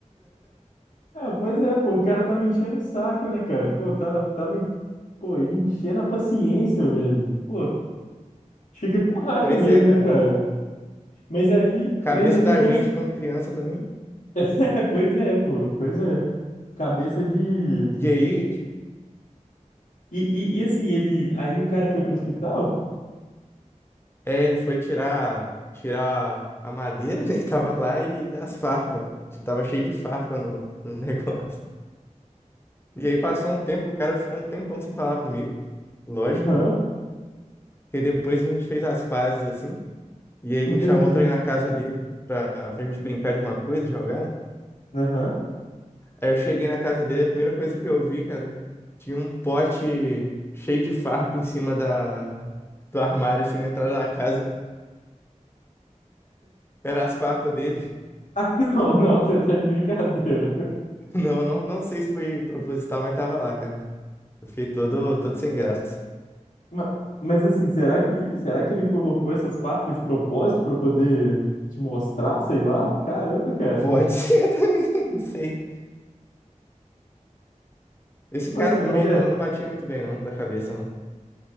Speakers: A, on the left; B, on the left.
A: Ah, pois é, pô, o cara tava enchendo o saco, né, cara? Pô, tá, tava, en- pô, enchendo a paciência, velho. Pô, Fica com raiva
B: Pois
A: mesmo,
B: é, cara.
A: né, cara? Mas aí,
B: Cabeça
A: mas aí depois.
B: da gente quando criança também.
A: <laughs> Pois é, pô, pois é. Cabeça de.
B: E aí, ti-
A: E, e, e assim, ele. Aí o cara foi pro hospital?
B: é, ele foi tirar, tirar a madeira, <laughs> né, que tava lá e as farpas. Tava cheio de farpa no, no <laughs> negócio. E aí passou um tempo, o cara ficou um tempão sem falar comigo. Lógico,
A: Aham,
B: né? E depois a gente fez as pazes assim. E aí ele
A: entendi.
B: me chamou pra ir na casa dele, pra, pra gente brincar de alguma coisa, jogar, né?
A: Aham.
B: Aí eu cheguei na casa dele, a primeira coisa que eu vi, cara, tinha um pote cheio de farpa em cima da, do armário, assim, na entrada da casa. Era as farpas dele.
A: Ah, <laughs> não,
B: <laughs>
A: não, você tá de brincadeira.
B: Não, não, não sei se foi proposital, mas tava lá, cara. Eu fiquei todo, todo sem graça.
A: Ma- Mas assim, será que, será que ele colocou essas farpas de propósito pra poder te mostrar, sei lá? Caramba, cara.
B: Pode ser <laughs> também, não sei. Esse
A: Tipo
B: cara
A: assim,
B: também
A: olha.
B: não, não batia muito bem, não, da cabeça, não.